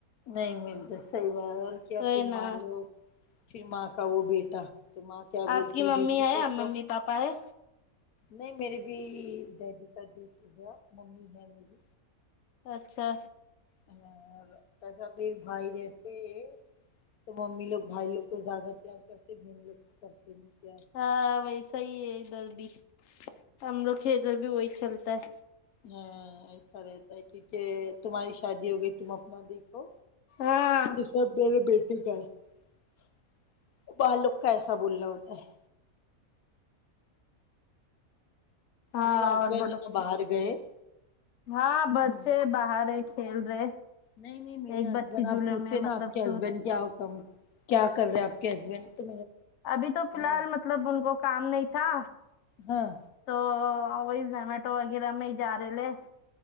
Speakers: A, on the left; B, on the left.
A: نہیں ملتا صحیح بات اور کیا
B: وہی
A: پھر
B: نا
A: ماں لو پھر ماں کا وہ بیٹا تو ماں کیا بولتی
B: آپ کی ممی
A: ہے بیٹی کو کم
B: ممی پاپا ہے
A: نہیں میرے بھی ڈیڈی کا ڈیتھ ہوگیا ممی ہے میری
B: اچھا
A: ہ کیسا پھر بھائی رہتے ہیں تو ممی لوگ بھائی لوگ کو زیادہ پیار کرتے بہن لوگ کو کرتے پیار
B: ہاں ویسا ہی ہے ادھر بھی ہم لوگ کے ادھر بھی وہی چلتا ہے
A: ہاں ایسا رہتا ہے کیونکہ تمہاری شادی ہو گئی تم اپنا دیکھو
B: ہاں
A: یہ سب میرے بیٹے کا ہے بعض لوگ کا ایسا بولنا ہوتا ہے
B: ہاں
A: میرے ہسبینڈ
B: اور بولو
A: ہے نا باہر گئے
B: ہاں بچے
A: ہوں
B: باہر ہے کھیل رہے
A: نہیں نہیں میرے
B: ایک
A: ہسبینڈ
B: بچی جھولے
A: آپ پوچھے
B: میں
A: نا
B: مطلب
A: آپ کے
B: سو
A: ہسبینڈ کیا ہو کم کیا کر رہے آپ کے ہسبینڈ تو
B: ابھی تو فی
A: م
B: الحال مطلب ان کو کام نہیں تھا
A: ہاں
B: تو وہی زمیٹو وغیرہ میں جا رہے لے